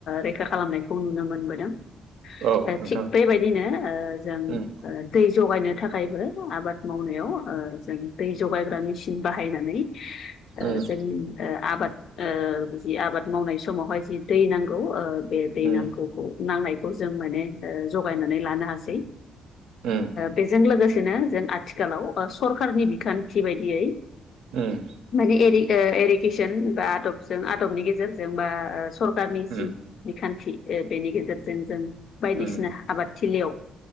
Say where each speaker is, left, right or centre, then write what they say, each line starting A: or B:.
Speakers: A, on the left; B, on the right.
A: रैखा खालामनायखौ नुनो मोनो दा
B: औ नोंथां
A: थिग बेबायदिनो ओ जों
B: उम
A: ओ दै जगायनो थाखायबो आबाद मावनायाव जों दै जगायग्रा मिसिन बाहायनानै
B: उम
A: जों आबाद जि आबाद मावनाय समावहाय जि दै नांगौ बे दै
B: उम
A: नांगौखौ नांनायखौ जों माने जगायनानै लानो हासै
B: उम
A: बेजों लोगोसे बिदिनो जों आथिखालाव सरखारनि बिखान्थि बायदियै
B: उम
A: माने एरि एरिगेसन बा आदबजों आदबनि गेजेरजों बा ओ सरखारारनि जि
B: उम
A: बिखान्थि बेनि गेजेरजों जों बायदिसिना
B: उम
A: आबादथिलियाव